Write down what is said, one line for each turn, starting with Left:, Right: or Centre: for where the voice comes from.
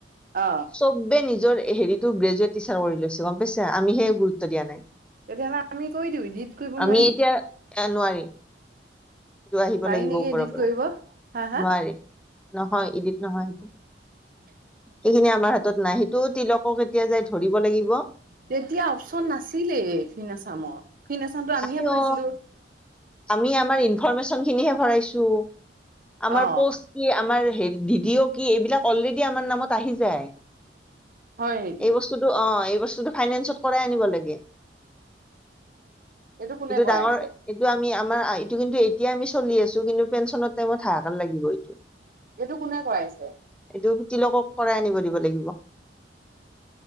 Right: অ
Centre: চব্বে নিজ জৰ এ- হেৰিটো গ্ৰেজুৱেট টিচাৰ কৰি লৈছে, গম পাইছে? আমিহে গুৰুত্ব দিয়া নাই।
Right: তেতিয়াহ'লে আমি কৰি দিওঁ। ইডিট কৰিব
Centre: আমি
Right: নোৱাৰি নেকি?
Centre: এতিয়া এ নোৱাৰি। সেইটো আহিব
Right: পাৰি
Centre: লাগিব
Right: নেকি
Centre: ওপৰৰ
Right: এডিট
Centre: পৰা।
Right: কৰিব হা হা
Centre: নোৱাৰে। নহয়, ইডিত নহয় সেইটো।
Right: <inaudible>
Centre: সেইখিনি আমাৰ হাতত নাই। সেইটো তিলকক এতিয়া যায় ধৰিব লাগি
Right: তেতিয়া অপশন নাছিলেই ফিন আছামত। ফিন আছামটো আমিহে
Centre: নাই
Right: ভৰাইছিলোঁ।
Centre: অ আমি আমাৰ ইনফৰমেশনখিনিহে ভৰাইছোঁ। আমাৰ
Right: অ
Centre: পোষ্ট কি, আমাৰ হেৰি ডি ডি অ' কি, এইবিলাক অলৰেডি আমাৰ নামত আহি যায়।
Right: হয় নেকি
Centre: এই বস্তুটো অ'- এই বস্তুটো ফাইনেন্সত কৰাই আনিব লাগে।
Right: কোনে
Centre: এইটো
Right: কৰাইছে
Centre: ডাঙৰ- এইটো আমি আমাৰ- এইটো কিন্তু এতিয়া আমি চলি আছোঁ। কিন্তু পেঞ্চনৰ টাইমত হাহাকাৰ লাগিব এইটো।
Right: এইটো কোনে কৰাইছে
Centre: এইটো তিলকক কৰাই আনিব দিব লাগিব।